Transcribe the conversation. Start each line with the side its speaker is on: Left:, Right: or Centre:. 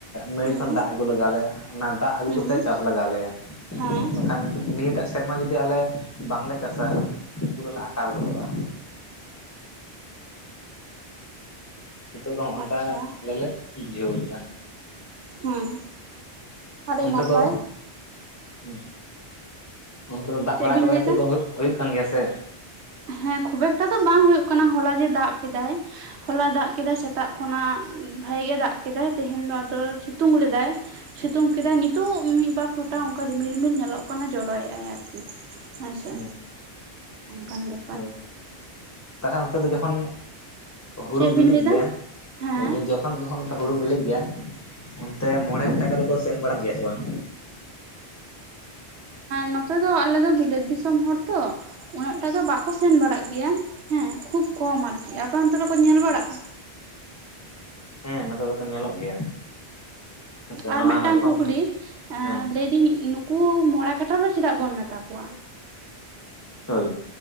Left: ᱱᱟᱹᱭ
Right: ᱦᱮᱸ
Left: ᱠᱷᱚᱱ ᱫᱟᱜ ᱟᱹᱜᱩ ᱞᱟᱜᱟᱣᱞᱮᱭᱟ ᱚᱱᱟ ᱫᱟᱜ ᱟᱹᱜᱩ
Right: ᱦᱮᱸ
Left: ᱠᱟᱛᱮ ᱪᱟᱥ ᱞᱟᱜᱟᱣ ᱟᱞᱮᱭᱟ
Right: ᱦᱮᱸ
Left: ᱵᱟᱠᱷᱟᱱ ᱱᱤᱭᱟᱹᱴᱟᱜ ᱥᱮᱨᱢᱟ ᱡᱩᱫᱤ ᱟᱞᱮ ᱵᱟᱝᱞᱮ ᱪᱟᱥᱟ ᱯᱩᱨᱟᱹ ᱞᱮ ᱟᱠᱟᱞ ᱜᱚᱫᱚᱜᱼᱟ ᱱᱤᱛᱚᱜ ᱫᱚ ᱦᱚᱸᱜ ᱱᱚᱝᱠᱟ
Right: ᱟᱪᱪᱷᱟ
Left: ᱟᱞᱮᱞ ᱞᱮ ᱵᱩᱡᱷᱟᱹᱣ ᱠᱟᱫᱟ
Right: ᱦᱮᱸ ᱟᱹᱰᱤ
Left: ᱚᱱᱛᱮ
Right: ᱱᱟᱯᱟᱭ
Left: ᱫᱚ ᱦᱩᱸ ᱚᱱᱛᱮ ᱫᱚ ᱫᱟᱜ
Right: ᱪᱮᱫ
Left: ᱵᱟᱲᱟ
Right: ᱵᱤᱱ
Left: ᱠᱚᱫᱚ
Right: ᱞᱟᱹᱭ
Left: ᱱᱤᱛᱚᱜ
Right: ᱮᱫᱟ
Left: ᱫᱚ ᱦᱩᱭᱩᱜ ᱠᱟᱱ ᱜᱮᱭᱟ ᱥᱮ
Right: ᱦᱮᱸ ᱠᱷᱩᱵ ᱮᱠᱴᱟ ᱫᱚ ᱵᱟᱝ ᱦᱳᱭᱚᱜ ᱠᱟᱱᱟ ᱦᱚᱞᱟ ᱡᱮ ᱫᱟᱜ ᱠᱮᱫᱟᱭ ᱦᱚᱞᱟ ᱫᱟᱜ ᱠᱮᱫᱟᱭ ᱥᱮᱛᱟᱜ ᱠᱷᱚᱱᱟᱜ ᱵᱷᱟᱜᱮ ᱜᱮ ᱫᱟᱜ ᱠᱮᱫᱟᱭ ᱛᱮᱦᱮᱧ ᱫᱚ ᱟᱫᱚ ᱥᱤᱛᱩᱝ ᱞᱮᱫᱟᱭ? ᱥᱤᱛᱩᱝ ᱠᱮᱫᱟᱭ ᱱᱤᱛᱳᱜ ᱢᱤᱫᱵᱟᱨ ᱯᱷᱚᱴᱟ ᱚᱱᱠᱟ ᱨᱤᱢᱤᱞ ᱨᱤᱢᱤᱞ ᱧᱮᱞᱚᱜ ᱠᱟᱱᱟ ᱡᱚᱨᱚᱭᱮᱫ ᱟᱭ ᱟᱨᱠᱤ ᱦᱮᱸ ᱥᱮ
Left: ᱦᱩᱸ
Right: ᱠᱟᱱᱟᱱ ᱵᱮ <unintelligible>
Left: ᱦᱳᱭ ᱛᱟᱦᱞᱮ ᱚᱱᱛᱮ ᱫᱚ ᱡᱚᱠᱷᱚᱱᱼᱼ ᱦᱩᱲᱩ
Right: ᱪᱮᱫ ᱵᱤᱱ
Left: ᱵᱤᱞᱤᱜ
Right: ᱞᱟᱹᱭᱫᱟ
Left: ᱜᱮᱭᱟ
Right: ᱦᱮᱸ
Left: ᱯᱳᱤᱧ <unintelligible> ᱠᱷ ᱠᱷᱚᱱ ᱡᱚᱠᱷᱚᱱᱚᱱ <unintelligible> ᱦᱩᱲᱩ ᱵᱤᱞᱤᱜ ᱜᱮᱭᱟ ᱚᱱᱛᱮ ᱢᱚᱬᱮ ᱠᱟᱴᱟ ᱠᱚ ᱫᱚᱠᱚ ᱥᱮᱱ ᱵᱟᱲᱟᱜ ᱜᱮᱭᱟ ᱥᱮ ᱵᱟᱝ
Right: ᱱᱚᱛᱮ ᱫᱚ ᱟᱞᱮ ᱫᱚ ᱵᱤᱞᱟᱹᱛ ᱫᱤᱥᱚᱢ ᱦᱚᱲ ᱛᱚ ᱩᱱᱟᱹᱜ ᱴᱟ ᱫᱚ ᱵᱟᱠᱚ ᱥᱮᱱ ᱵᱟᱲᱟᱜ ᱜᱮᱭᱟ ᱦᱮᱸ ᱠᱷᱩᱵ ᱠᱚᱢ ᱟᱨᱠᱤ ᱟᱯᱮ ᱚᱱᱛᱮ ᱨᱮᱠᱚ ᱧᱮᱞ ᱵᱟᱲᱟᱜᱼᱟ
Left: ᱦᱮᱸ ᱱᱚᱛᱮ ᱫᱚᱠᱚ ᱧᱮᱞᱚᱜ ᱜᱮᱭᱟ ᱥᱮ ᱱᱚᱣᱟ
Right: ᱟᱨ ᱢᱮᱫᱴᱟᱝ
Left: ᱡᱚᱠᱷᱚᱱ
Right: ᱠᱩᱠᱞᱤ ᱮᱻ
Left: ᱦᱮᱸ
Right: ᱞᱟᱹᱭᱫᱤᱧ ᱱᱩᱠᱩᱼᱼ ᱩᱱᱠᱩ ᱢᱚᱬᱮ ᱠᱟᱴᱷᱟ ᱫᱚ ᱪᱮᱫᱟᱜ ᱵᱚᱱ ᱢᱮᱛᱟ ᱠᱚᱣᱟ
Left: ᱦᱳᱭ